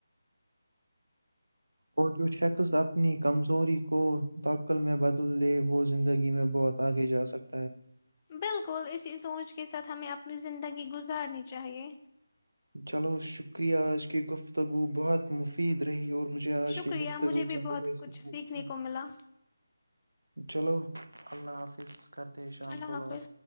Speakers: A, on the right (about 80°); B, on the left (about 25°).
A: اور جو شخص اپنی کمزوری کو توقل میں بدل لے وہ زندگی میں بہت آگے جا سکے۔۔
B: بالکل اسی سوچ کے ساتھ ہمیں اپنی زندگی گزارنی چاہیے۔
A: چلو شکریہ آجکی گفتگو بہت مفتید۔۔ فید رہی، اور مجھے آج
B: شکریہ
A: کے گفت روپ
B: بھی
A: سے
B: بہت
A: مجھے
B: کچھ
A: سیکھنے لگیا۔۔
B: کو ملا
A: چلو اللہ حافظ۔۔ س کرتے ہیں شام
B: اللہ
A: کو
B: حافظ
A: بات۔۔